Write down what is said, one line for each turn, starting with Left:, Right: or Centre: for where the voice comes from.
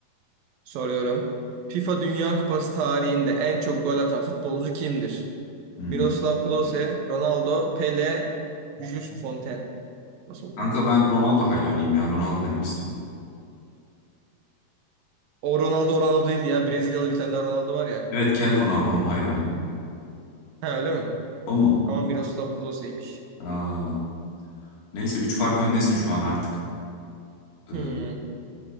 Right: Soruyorum. FIFA Dünya Kupası tarihinde en çok gol atan futbolcu kimdir?
Left: Hmm.
Right: Miroslav Klose, Ronaldo, Pele, Just Fontaine. Nasıl okunuyor?
Left: Kanka ben Ronaldo hayranıyım ya. Ronaldo demek istiyorum.
Right: O Ronaldo o Ronaldo değil ya. Brezilyalı bir tane daha Ronaldo var ya.
Left: Evet Kel Ronaldo onun hayranıyım.
Right: Ha öyle mi?
Left: O mu?
Right: Ama Miroslav Klose'ymiş.
Left: Aa, neyse 3 fark öndesin şu an artık. Ee,
Right: Hmm.